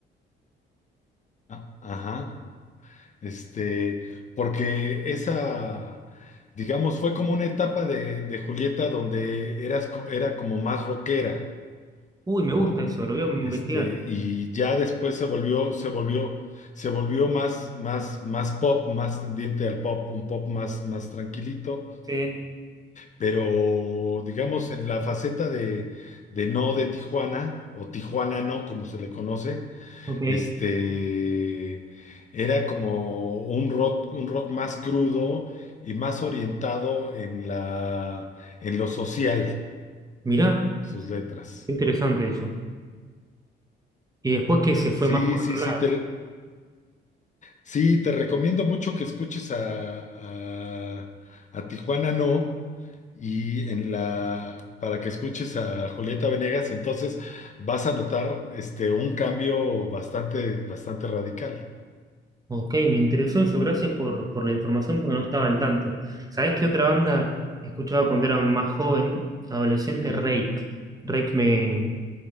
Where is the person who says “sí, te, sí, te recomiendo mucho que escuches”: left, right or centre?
Left